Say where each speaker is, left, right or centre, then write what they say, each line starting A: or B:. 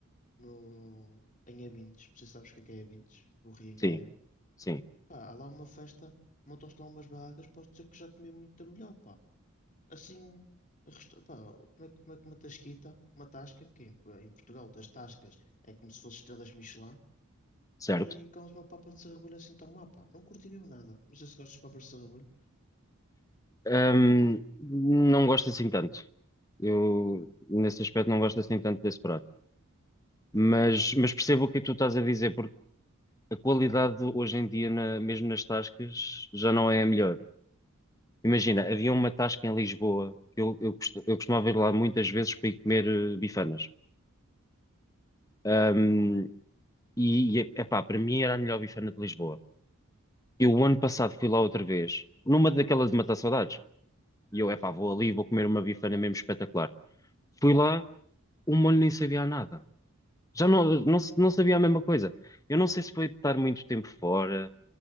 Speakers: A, on the left; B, on the left.
A: no, em Abintes, não sei se sabes o que é que é Abintes, o Rio em
B: Sim,
A: Gaia.
B: sim,
A: Pá, há lá uma festa, montam-se lá umas barracas, posso dizer que já comi muita melhor, pá. Assim, resta- pá, como é, que- como é que uma tasquita, uma tasca, que em, em Portugal das tascas é como se fosse estrelas Michelin,
B: certo.
A: e comes uma papa de sarrabolho assim tão má, pá. Não curti mesmo nada. Não sei se gostas de papas de sarrabolho.
B: Ahm, não gosto assim tanto. Eu, nesse aspecto, não gosto assim tanto desse prato. Mas, mas percebo o que é que tu estás a dizer, porque a qualidade hoje em dia, na- mesmo nas tascas, já não é a melhor. Imagina, havia uma tasca em Lisboa, que eu, eu, costu- eu costumava ir lá muitas vezes para ir comer eh, bifanas. Ahm, e, e, epá, para mim era a melhor bifana de Lisboa. Eu, o ano passado, fui lá outra vez, numa daquelas de matar saudades. E eu, epá,
A: Sim.
B: vou ali, vou comer uma bifana mesmo espetacular. Fui lá, o molho nem sabia a nada. Já não,
A: Ei,
B: não, se- não sabia a mesma coisa. Eu não sei se foi de estar muito tempo fora,